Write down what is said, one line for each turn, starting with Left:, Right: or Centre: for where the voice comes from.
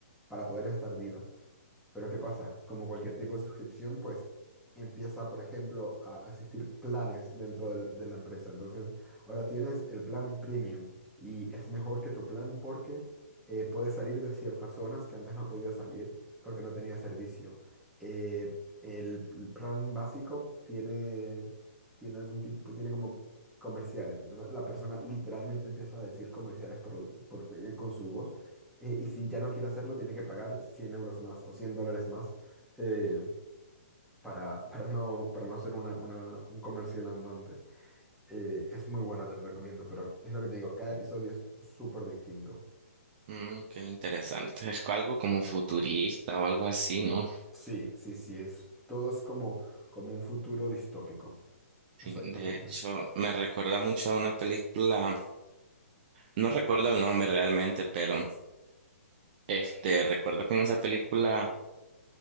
Centre: para poder estar viva. Pero ¿qué pasa? Como cualquier tipo de suscripción, pues empieza, por ejemplo, a existir planes dentro del- de la empresa. Entonces, ahora tienes el plan premium y es mejor que tu plan porque eh, puedes salir de ciertas zonas que antes no podías salir porque no tenía servicio. Eh, el el plan básico tiene, tiene algún tipo, tiene como comerciales. Entonces, la persona literalmente empieza a decir comerciales por, por, eh, con su voz eh, y si ya no quiere hacerlo, tiene que pagar 100 euros más o 100 dólares más eh, para, para no, para no ser una, una- un comercial andante. Eh, es muy buena, te lo recomiendo, pero es lo que te digo, cada episodio es súper distinto.
Right: Mm, qué interesante. Es co- algo como futurista o algo así, ¿no?
Centre: Sí, sí, sí, es, todo es como, como un futuro distópico.
Right: Sí.
Centre: Exactamente.
Right: De hecho, me recuerda mucho a una película, no recuerdo el nombre realmente, pero Este, recuerdo que en esa película